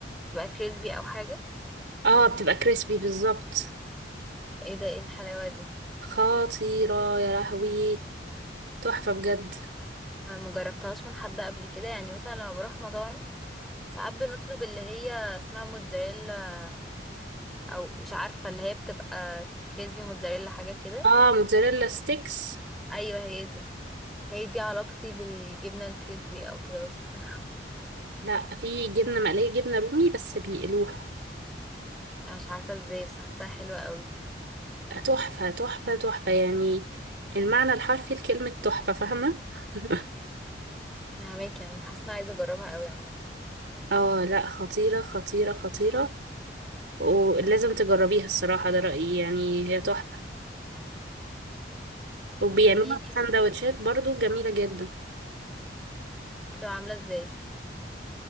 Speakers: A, in the centre; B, on the right (about 75°).
A: بتبقى كريسبي او حاجة
B: اه بتبقى كريسبي بالظبط
A: ايه ده ايه الحلاوة دي
B: خطيرة يا لهوي تحفة بجد
A: انا مجربتهاش من حد قبل كده يعني مثلا لما بروح مطاعم ساعات بنطلب اللي هي اسمها موتزاريلا او مش عارفة اللي هي بتبقى كريسبي موتزاريلا حاجة كده
B: اه موتزاريلا ستيكس
A: ايوه هي دي هي دي علاقتي بالجبنة الكريسبي او كده بس <laughs>
B: لأ في جبنة مقلية جبنة رومي بس بيقلوها
A: انا مش عارفة ازاي بس حاساها حلوة قوي
B: تحفة تحفة تحفة يعني المعنى الحرفي لكلمة تحفة فاهمة <laughs>
A: فهماكي انا حاسة إن أنا عايزة اجربها قوي عامة
B: اه لا خطيرة خطيرة خطيرة ولازم تجربيها الصراحة ده رأيي يعني هي تحفة وبيعملوها
A: قوليلي
B: في سندوتشات برضو جميلة جدا
A: بتبقى عاملة ازاي